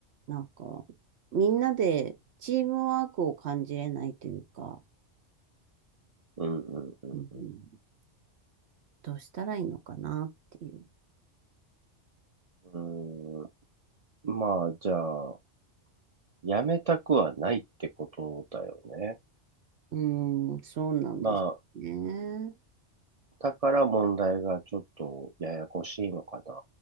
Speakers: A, on the right (about 65°); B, on the right (about 45°).
A: なんか、みんなでチームワークを感じれないというか、
B: うん、うん、
A: うんうんどうしたらいいのかなっていう。
B: うん。うん。まあ、じゃあ、やめたくはないってことだよね。
A: うーん、そうなんですね。
B: まあ、だから問題がちょっとややこしいのかな。